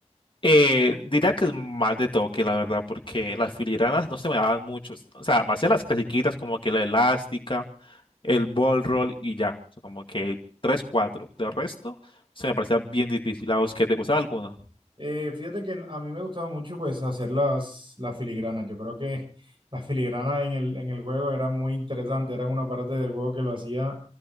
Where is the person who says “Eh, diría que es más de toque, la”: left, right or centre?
Left